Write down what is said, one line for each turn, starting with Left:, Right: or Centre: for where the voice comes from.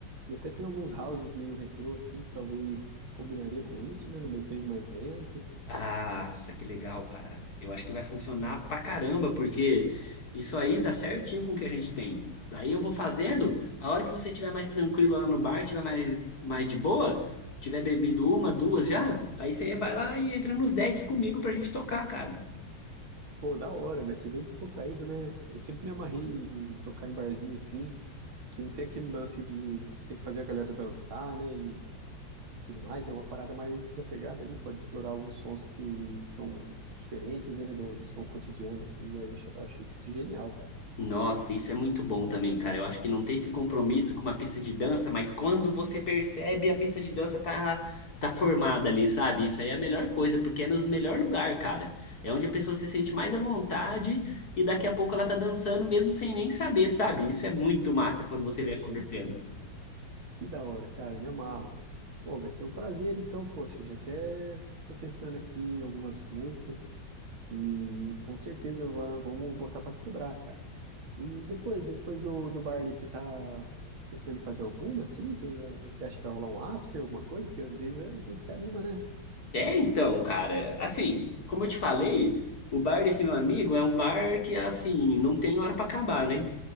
Right: e até tem alguns houses meio retrô assim, que talvez combinaria com isso, né? No BPM mais lento.
Left: Nossa, que legal, cara. Eu acho que vai funcionar pra caramba, porque isso aí dá certinho com o que a gente tem. Daí eu vou fazendo, a hora que você estiver mais tranquilo lá no bar, estiver mais, mais de boa, tiver bebido uma, duas já, aí você vai lá e entra nos decks comigo pra gente tocar, cara.
Right: Pô, da hora, vai ser bem descontraído, né? Eu sempre me amarrei em tocar em barzinho assim, que não tem aquele lance de você ter que fazer a galera dançar, né? E tudo mais. É uma parada mais desapegada ali, pode explorar alguns sons que são diferentes, né? Do, do som cotidiano, assim, né? Eu acho, eu acho isso de genial, cara.
Left: Nossa, isso é muito bom também, cara. Eu acho que não ter esse compromisso com uma pista de dança, mas quando você percebe a pista de dança tá tá formada ali, sabe? Isso aí é a melhor coisa, porque é nos melhor lugar, cara. É onde a pessoa se sente mais à vontade e daqui a pouco ela tá dançando mesmo sem nem saber, sabe? Isso é muito massa quando você
Right: Poxa,
Left: vê acontecendo.
Right: aí sim, que da hora, cara, me amarro. Pô, vai ser um prazer, então, poxa, já até tô pensando aqui em algumas músicas e com certeza va- vamos botar pra quebrar, cara. E depois, depois do, do baile, você tá pensando em fazer alguma, assim? Teve- Você acha que vai rolar um after, alguma coisa? Porque às vezes a gente se anima, né?
Left: É, então, cara, assim, como eu te falei, o bar desse meu amigo é um bar que, assim, não tem hora pra acabar, né?